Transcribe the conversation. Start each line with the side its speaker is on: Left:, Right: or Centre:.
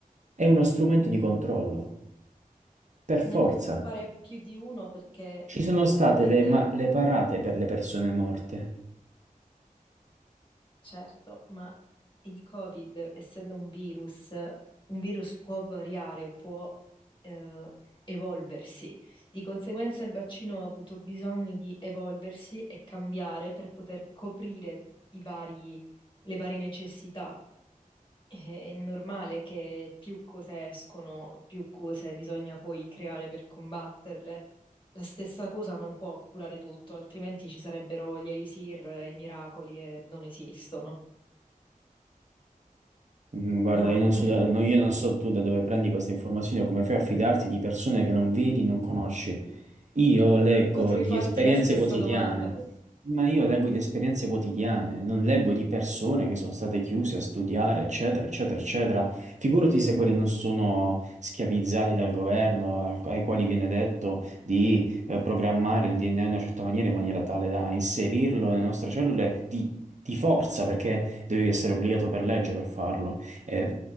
Right: È uno strumento di controllo. Per forza,
Left: ne hanno dovuto fare più di uno perché
Right: ci sono
Left: il
Right: state
Left: Covid,
Right: le, ma- le parate per le persone morte.
Left: certo, ma il Covid, essendo un virus, un virus può variare, può eh, evolversi. Di conseguenza il vaccino ha avuto bisogno di evolversi e cambiare per poter coprire i vari, le varie necessità. È normale che più cose escono, più cose bisogna poi creare per combatterle. La stessa cosa non può curare tutto, altrimenti ci sarebbero gli elisir, i miracoli e non esistono.
Right: Mm, Guarda,
Left: No?
Right: io non so,
Left: <laughs>
Right: da- no, io non so tu da dove prendi queste informazioni o come fai a fidarti di persone che non vedi, non conosci. Io leggo
Left: Potrei
Right: di
Left: farti
Right: esperienze
Left: la stessa
Right: quotidiane,
Left: domanda.
Right: ma io leggo di esperienze quotidiane, non leggo di persone che sono state chiuse a studiare, eccetera, eccetera, eccetera. Figurati se quelli non sono schiavizzati dal governo, al- ai quali viene detto di eh, programmare il DNA in una certa maniera, in maniera tale da inserirlo nelle nostre cellule di, di forza, perché devi essere obbligato per legge per farlo. E